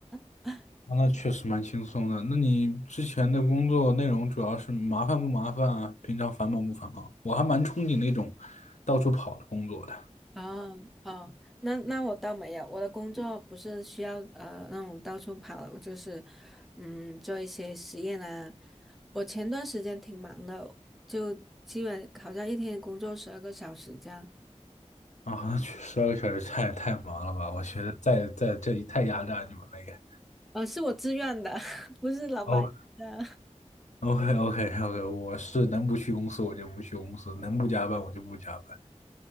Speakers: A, in the centre; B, on the left.
A: <laughs>
B: 啊那确实蛮轻松的。那你之前的工作内容主要是麻烦不麻烦啊？平常繁忙不繁忙？我还蛮憧憬那种到处跑的工作的
A: 哦哦，那那我倒没有，我的工作不是需要呃那种到处跑的我就是嗯做一些实验啊。我前段时间挺忙的，就基本好像一天工作十二个小时这样。
B: 啊，那去十二个小时太太忙了吧？我觉得在在这里太压榨你们了也。
A: 呃，是我自愿的，<laughs> 不是老板的。
B: 哦，OK OK OK，我是能不去公司我就不去公司，能不加班我就不加班。